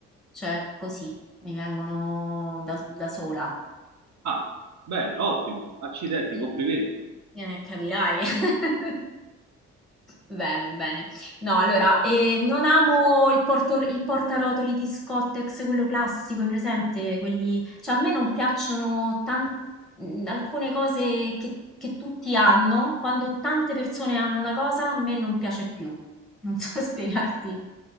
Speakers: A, in the centre; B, on the right.
A: cioè così, mi vengono da, da sola.
B: Ah, bene, ottimo, accidenti,
A: Sì.
B: complimenti.
A: Eh, capirai. <laughs> Bene, bene. No, allora, eh, non amo il, porto- il portarotoli di Scottex, quello classico, hai presente? Quelli... Cioè, a me non piacciono tan- mh, alcune cose che, che tutti hanno. Quando tante persone hanno una cosa, a me non piace più. Non so <laughs> spiegarti